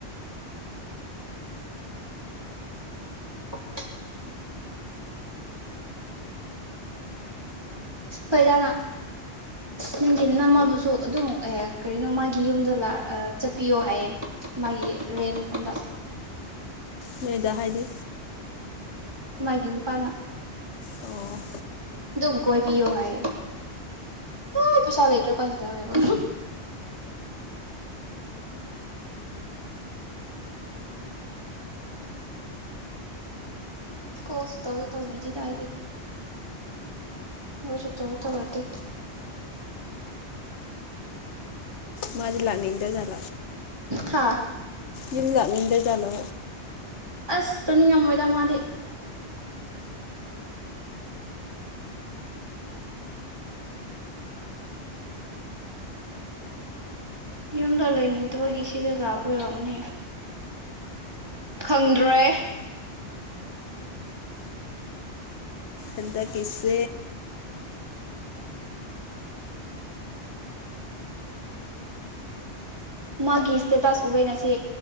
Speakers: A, on the right (about 20°); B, on the left (about 80°).
A: <inaudible> ꯍꯣꯏꯗꯥꯅ ꯅꯪꯒꯤ ꯅꯝꯃꯕꯨꯁꯨ ꯑꯗꯨꯝ ꯍꯦꯛ ꯀꯔꯤꯅꯣ ꯃꯥꯒꯤ ꯌꯨꯝꯗ ꯆꯠꯄꯤꯌꯣ ꯍꯥꯏꯌꯦ ꯃꯥꯒꯤ ꯔꯦꯟ ꯃꯐꯝꯗ
B: ꯅꯣꯏ ꯍꯥꯏꯒꯤ
A: ꯃꯥꯒꯤꯅꯤ ꯄꯅ
B: ꯑꯣ
A: ꯑꯗꯨꯝ ꯀꯣꯏꯕꯤꯌꯣ ꯍꯥꯏꯌꯦ ꯑꯣ ꯄꯩꯁꯥ ꯂꯩꯇ꯭ꯔꯣ ꯐꯁꯤꯗ ꯍꯥꯏꯔꯣ ꯀꯣꯁꯨ ꯇꯧꯁꯨ ꯇꯧꯕꯤꯗꯦꯅ ꯑꯩꯗꯤ ꯃꯣꯏꯁꯨ ꯇꯧ ꯇꯧꯔꯀꯦ
B: ꯃ ꯂꯥꯛꯅꯤꯗ ꯔ
A: ꯍꯥꯥ
B: ꯌ ꯂꯥꯛ ꯃꯤꯗ ꯆꯂꯣ
A: ꯑꯁ ꯆꯠꯅꯤꯡꯉꯝꯃꯣꯏꯗ ꯃꯥꯗꯤ ꯌꯨꯝꯗ ꯂꯩꯅꯤꯡꯗꯕꯒꯤ ꯁꯤꯗ ꯂꯥꯄ ꯑꯣꯏꯔꯔꯕꯅꯦ ꯈꯪꯗ꯭ꯔꯣꯏ
B: ꯑꯟꯗ ꯀꯁꯦ
A: ꯃꯥꯒꯤ ꯏꯁꯇꯦꯇꯥꯁ ꯎꯕꯦ ꯉꯁꯤ